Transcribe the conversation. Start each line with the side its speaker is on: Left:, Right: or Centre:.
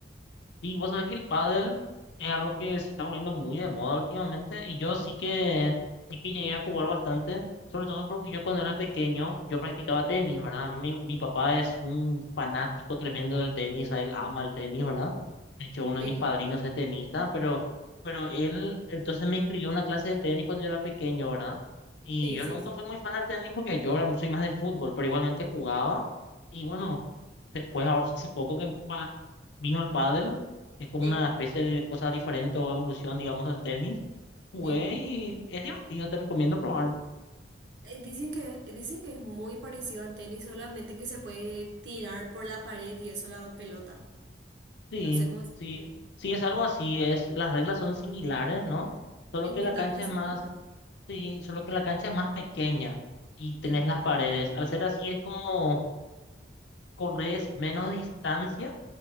Left: Y vos sabés que el pádel es algo que se está volviendo muy de moda últimamente y yo sí que, sí que llegué a jugar bastante, sobre todo porque yo cuando era pequeño yo practicaba tenis, ¿verdad? A mí me- mi papá es un fanático tremendo del tenis, a él ama el tenis, ¿verdad? De hecho, uno de
Right: Sí,
Left: mis padrinos es tenista, pero, pero él entonces me inscribió a una clase de tenis cuando yo era pequeño, ¿verdad? Y
Right: sí,
Left: yo
Right: sí,
Left: nunca
Right: sí,
Left: fui muy fan del tenis porque yo era- soy más de fútbol, pero igualmente jugaba y bueno, después ahora hace poco que pa- vino el pádel es como
Right: sí,
Left: una especie de cosa diferente o evolución, digamos, del tenis. Jugué
Right: sí.
Left: y es divertido, te recomiendo probar.
Right: Eh, Dicen que, dicen que es muy parecido al tenis, solamente que se puede tirar por la pared y eso la pelota.
Left: Sí,
Right: No sé cómo se
Left: sí,
Right: dice.
Left: sí, es algo así, es, las reglas son similares, ¿no? Solo
Right: El
Left: que
Right: puntaje
Left: la cancha
Right: es
Left: es
Right: similar.
Left: más, sí, solo que la cancha es más pequeña y tenés
Right: Sí,
Left: las paredes. Al ser así es como corres menos distancia,